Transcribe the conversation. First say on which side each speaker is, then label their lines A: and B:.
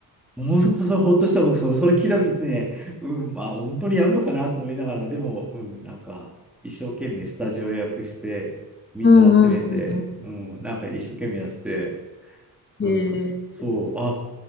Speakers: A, in the centre; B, on the left (about 30°).
A: 本当それ、
B: そっか。
A: ほっとした僕、その、それ聞いた時ってね、うん、まあ、本当にやるのかなと思いながら、でも、うん、なんか、一生懸命スタジオ予約して、みんな集めて、
B: うんうんうん
A: うん、なんか一生懸命やってて、うん、
B: うん。へえ。
A: そう、あ、